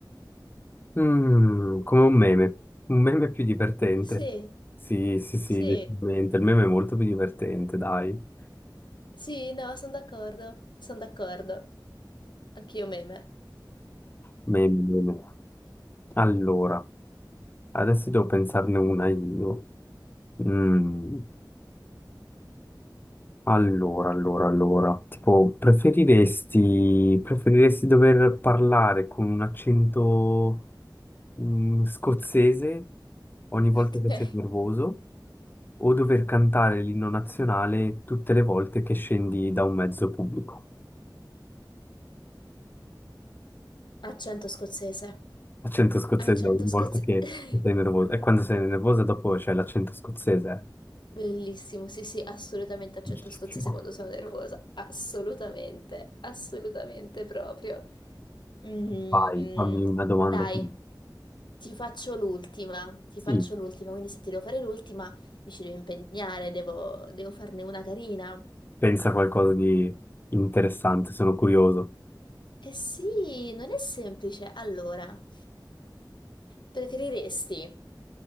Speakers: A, on the left; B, on the left.
A: Mm, come un meme, un meme più divertente.
B: Sì,
A: Sì, sì, sì,
B: sì,
A: decisamente. Il meme è molto più divertente, dai.
B: sì, no, sono d'accordo, sono d'accordo. Anch'io meme.
A: Meme, meme. Allora, adesso devo pensarne una io. Mm, allora, allora, allora. Tipo, preferiresti, preferiresti dover parlare con un accento, mm, scozzese ogni volta
B: <laughs>
A: che
B: Ok.
A: sei nervoso o dover cantare l'inno nazionale tutte le volte che scendi da un mezzo pubblico?
B: Accento scozzese.
A: L'accento scozzese
B: Accento
A: ogni
B: scozzese.
A: volta che
B: <laughs>
A: sei nervoso. E quando sei nervosa dopo c'è l'accento scozzese.
B: Bellissimo, sì, sì, assolutamente accento
A: Bellissimo.
B: scozzese quando sono nervosa. Assolutamente, assolutamente proprio. Mm,
A: Vai, fammi una domanda.
B: dai,
A: tu.
B: ti faccio l'ultima, ti
A: Sì,
B: faccio l'ultima, quindi se ti devo fare l'ultima mi ci devo impegnare, devo, devo farne una carina.
A: pensa a qualcosa di interessante, sono curioso.
B: Eh sì, non è semplice. Allora, preferiresti